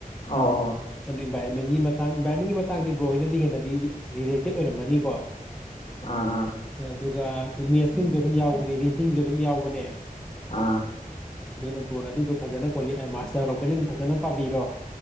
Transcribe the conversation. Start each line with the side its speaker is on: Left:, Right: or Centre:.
Left: ꯑꯣ ꯑꯣ
Centre: ꯑꯗꯨ ꯏꯟꯚꯥꯏꯔꯣꯟꯃꯦꯟꯒꯤ ꯃꯇꯥꯡ ꯏꯟꯚꯥꯏꯔꯣꯟꯃꯦꯟꯒꯤ ꯃꯇꯥꯡꯗꯤ ꯕ꯭ꯔꯣ ꯍ‌ꯣꯏ ꯗꯤ ꯍꯦꯟꯅꯗꯤ ꯔꯤꯂꯦꯇꯦꯠ ꯑꯣꯏꯔꯝꯃꯅꯤꯀꯣ
Left: ꯑꯥ ꯑꯥ
Centre: ꯑꯗꯨꯒ ꯃꯦꯠꯁꯀꯤꯁꯨ ꯑꯗꯨꯝ ꯌꯥꯎꯒꯅꯤ ꯔꯤꯖꯅꯤꯡꯁꯨ ꯑꯗꯨꯝ ꯌꯥꯎꯒꯅꯦ
Left: ꯑꯥ
Centre: ꯑꯗꯨꯅ ꯕꯣꯔꯣꯟ ꯑꯗꯨꯗꯣ ꯐꯖꯅ ꯈꯣꯜꯂꯤ ꯑ ꯃꯥꯁ ꯌꯥꯧꯔꯛꯄꯅꯤ ꯑꯗꯨꯝ ꯐꯖꯅ ꯄꯥꯕꯤꯔꯣ